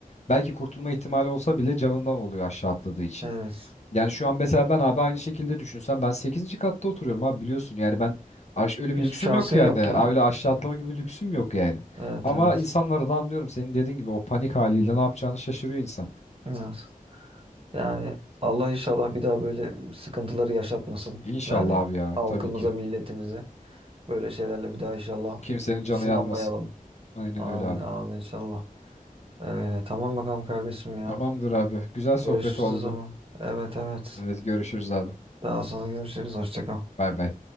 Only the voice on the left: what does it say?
belki kurtulma ihtimali olsa bile canından oluyor aşağı atladığı için.
Yani şu an mesela ben abi aynı şekilde düşünsem ben sekizinci katta oturuyorum abi biliyorsun yani ben aş öyle bir
lüksüm
yok yani
Aa,
öyle aşağı
atlama gibi bir lüksüm yok yani.
Ama
insanları da anlıyorum senin dediğin gibi o panik haliyle ne yapacağını şaşırıyor insan.
İnşallah
abi ya
tabii ki.
Kimsenin canı
yanmasın. Aynen
öyle abi.
Tamamdır abi. Güzel sohbet
oldu.
Evet görüşürüz abi.
Bay bay.